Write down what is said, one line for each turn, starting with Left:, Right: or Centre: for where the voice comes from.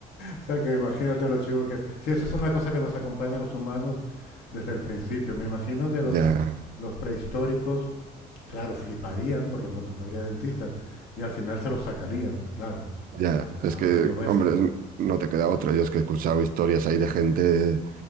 Left: O sea, que imagínate los chivos que... Si eso es una cosa que nos acompaña a los humanos desde el principio, me imagino que los,
Right: Ya,
Left: los prehistóricos, claro, fliparían porque no, no habría dentistas y al final se los sacarían, claro,
Right: ya.
Left: a,
Right: Es que,
Left: a- a lo bestia.
Right: hombre, no te queda otra. Yo es que he escuchado historias ahí de gente,